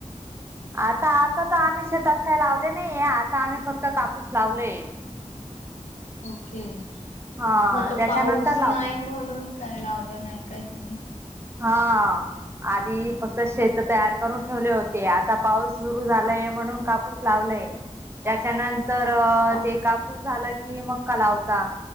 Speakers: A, on the right; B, on the left.
A: आता आता तर आम्ही शेतात काही लावले नाही आता आम्ही फक्त कापूस लावलेय
B: ह े
A: हा
B: मता
A: त्याच्यानंतर
B: पाऊस
A: लावता
B: नाही
A: म्हणजे
B: म्हणून काय लावलं नाही काय तुम्ही
A: हा आधी फक्त शेत तयार करून ठेवले होते आता पाऊस सुरू झालाय म्हणून कापूस लावला त्याच्यानंतर
B: हो
A: ते
B: काय?
A: कापूस झालं की मक्का लावता